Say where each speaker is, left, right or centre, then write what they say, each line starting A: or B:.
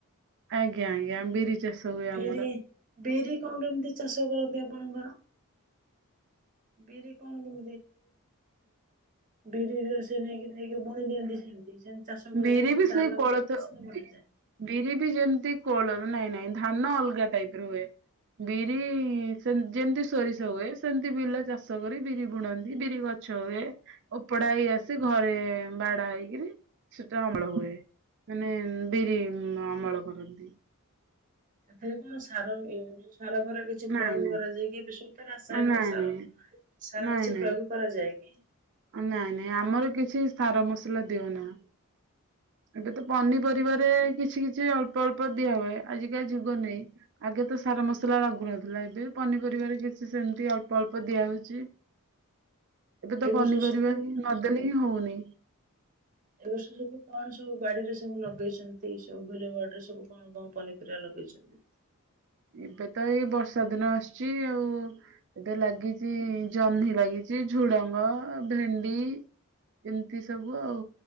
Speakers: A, on the right; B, on the right.
A: ଆଜ୍ଞା ଆଜ୍ଞା ବିରି ଚାଷ ହୁଏ
B: ବିରି
A: ଆମର।
B: ବିରି କଣ କେମିତି ଚାଷ କରନ୍ତି ଆପଣଙ୍କର? ବିରି କଣ <unintelligible> ବିରି ରୋଷେଇ ନେଇକି ନେଇକି ବୁଣି ଦିଅନ୍ତି ସେମିତି ସେମିତି ଚାଷ <unintelligible>
A: ବିରି
B: କିି ସେମି
A: ବି ସେଇ
B: ଧାନ
A: କୋଳଥ
B: ବୁଣନ୍ତି ସେମିତି ବୁଣାଯାଏ।
A: ବି ବିରି ବି ଯେମିତି କୋଳ ନାଇଁ ନାଇଁ ଧାନ ଅଲଗା ଟାଇପ ର ହୁଏ ବିରି <unintelligible> ଯେମିତି ସୋରିଷ ହୁଏ ସେମିତି ବିଲ ଚାଷ କରି ବିରି ବୁଣନ୍ତି ବିରି ଗଛ ହୁଏ। ଓପଡା ହେଇ ଆସେ ଘରେ ବାଡା ହେଇକିରି ସେଟା ଅମଳ ହୁଏ ମାନେ ବିରି ଅମଳ କରନ୍ତି।
B: ସେଥିରେ ସାର ଯୋଉ ସାର ଫରେ କିଛି ପ୍ରୟୋଗ
A: ନାଇଁ ନାଇଁ
B: କରାଯାଏକି <unintelligible> ରାସାୟନିକ
A: ନାଇଁ
B: ସାର
A: ନାଇଁ।
B: ସାର
A: ନାଇଁ
B: କିଛି
A: ନାଇଁ
B: ପ୍ରୟୋଗ କରାଯାଏ କି?
A: ନାଇଁ ନାଇଁ ଆମର କିଛି ସାର ମସଲା ଦିଅ ନା। ଏବେ ତ ପନିପରିବାରେ କିଛି କିଛି ଅଳ୍ପ ଅଳ୍ପ ଦିଆ ହୁଏ ଆଜିିକାଲି ଯୁଗ ନେଇ ଆଗେ ତ ସାର ମସଲା ଲାଗୁନଥିଲା ଏବେ ପନିପରିବାରେ କିଛି ସେମିତି ଅଳ୍ପ ଅଳ୍ପ ଦିଆହଉଛି। ତ
B: ଏଇ
A: ପନିପରିବା
B: ବର୍ଷ ସବୁ
A: ହିଁ ନଦେଲେ ହିଁ ହଉନି।
B: ଏ ବର୍ଷ ସବୁ କଣ ସବୁ ବାଡିରେ ସବୁ ଲଗେଇଛନ୍ତି ସବୁ ବିଲବାଡିରେ ସବୁ କଣ କଣ ପନିପରିବା ଲଗେଇଛନ୍ତି? <unintelligible>
A: ଏବେ ତ ଏଇ ବର୍ଷା ଦିନ ଆସୁଛି ଆଉ। ଏବେ ଲାଗିଚି ଜହ୍ନି ଲାଗିଛି ଝୁଡଙ୍ଗ ଭେଣ୍ଡି ଏମିତି ସବୁ ଆଉ